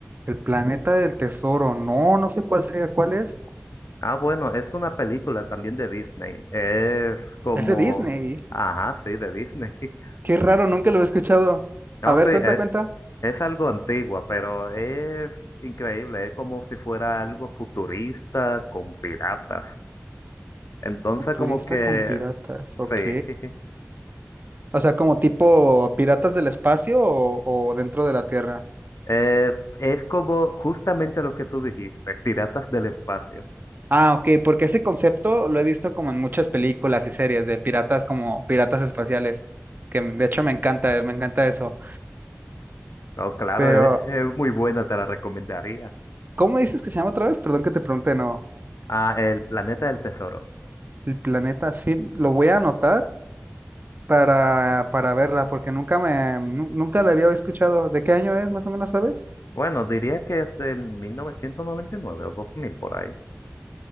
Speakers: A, on the right (about 40°); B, on the left (about 75°).
A: El planeta del tesoro, no, no sé cuál sea, cuál es.
B: Ah, bueno, es una película también de Disney. Es como...
A: Es de Disney,
B: Ajá, sí, de Disney. <laughs>
A: qué raro, nunca lo he escuchado.
B: No,
A: A ver,
B: sí, es,
A: cuenta, cuenta.
B: es algo antigua, pero es increíble, es como si fuera algo futurista con piratas. Entonces,
A: Futurista
B: como que,
A: con piratas, ok.
B: sí, <laughs>
A: O sea, como tipo piratas del espacio o, o dentro de la Tierra.
B: Eh, es como justamente lo que tú dijiste, Piratas del Espacio.
A: Ah, ok, porque ese concepto lo he visto como en muchas películas y series de piratas como piratas espaciales, que de hecho me encanta, me encanta eso.
B: No, claro,
A: Pero,
B: <laughs> es, es muy buena, te la recomendaría.
A: ¿cómo me dices que se llama otra vez? Perdón que te pregunte, no.
B: Ah, El Planeta del Tesoro.
A: El planeta, sí, lo voy a anotar para, para verla, porque nunca me, nu- nunca la había escuchado. ¿De qué año es, más o menos, sabes?
B: Bueno, diría que es del 1999 o 2000 por ahí.